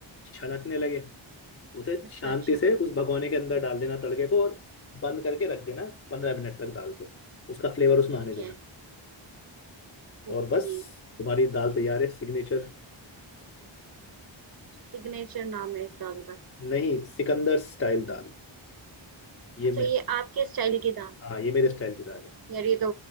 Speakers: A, on the left; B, on the right.
A: छनकने लगे उसे
B: अच्छा
A: शांति
B: अच्छा
A: से उस भगोने के अंदर डाल देना तड़के को और बंद करके रख देना पंद्रह मिनट तक दाल के उसका फ्लेवर उसमें
B: ठीक
A: आने देना
B: है
A: और
B: ओके
A: बस तुम्हारी दाल तैयार है सिग्नेचर
B: सिग्नेचर नाम है इस दाल का
A: नहीं सिकंदर स्टाइल दाल ये
B: अच्छा
A: मैं
B: ये आपके स्टाइल की दाल है
A: हाँ ये मेरे स्टाइल की दाल है
B: यार ये तो